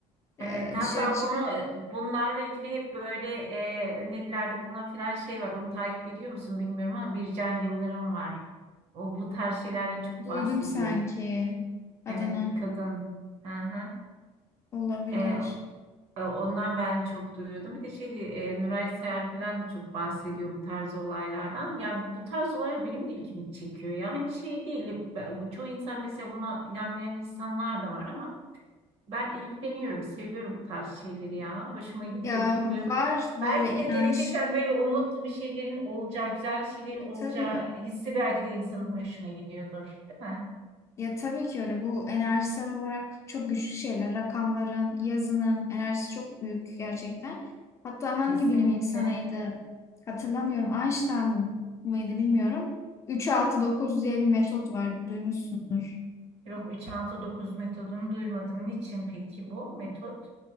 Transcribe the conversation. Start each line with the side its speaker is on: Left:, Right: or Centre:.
Left: E,
Right: Evet, hatta
Left: Dışarı çık
Right: bunu bunlarla ilgili hep böyle e, önerilerde bulunan filan şey var. Onu takip ediyor musun bilmiyorum ama Bircan Yıldırım var. O bu tarz şeylerden çok
Left: duydum
Right: bahsediyor.
Left: sanki adını
Right: Evet, bir kadın. Hı hı.
Left: olabilir.
Right: E, E, Ondan ben çok duyuyordum. Bir de şey e, Nuray Sayar falan da çok bahsediyor bu tarz olaylardan. Ya bu tarz olaylar benim de ilgimi çekiyor. Ya hani şey değil. ben- bu Çoğu insan mesela buna inanmayan insanlar da var ama ben ilgileniyorum, seviyorum bu tarz şeyleri ya. Hoşuma gidiyor,
Left: Ya
Right: bilmiyorum.
Left: var
Right: Belki
Left: böyle inanç.
Right: de gelecekten böyle umutlu bir şeylerin olacağı, güzel şeylerin
Left: Ya,
Right: olacağı
Left: tabii.
Right: hissi belki de insanın hoşuna gidiyordur, değil mi?
Left: Ya tabii ki öyle. Bu enerjisel olarak çok güçlü şeyler. Rakamların, yazının enerjisi çok büyük gerçekten. Hatta hangi
Right: Kesinlikle.
Left: bilim insanıydı hatırlamıyorum. Einstein mıydı bilmiyorum. üç altı dokuz diye bir metot var. Duymuşsundur.
Right: Yok üç altı dokuz metodunu duymadım. Niçin peki bu metot?